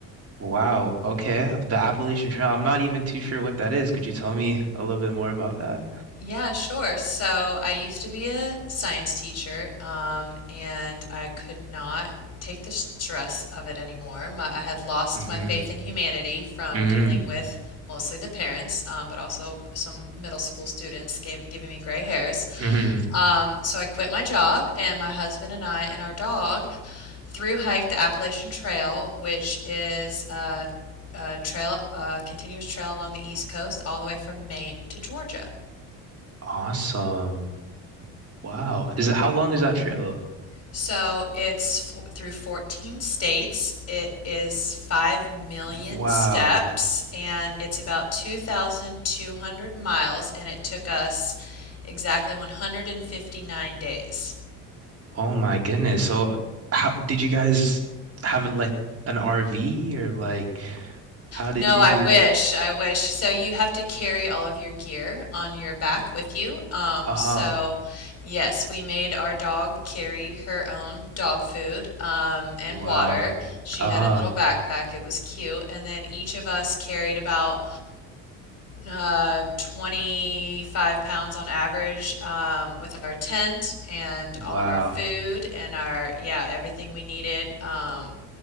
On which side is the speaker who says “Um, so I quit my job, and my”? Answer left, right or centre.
Left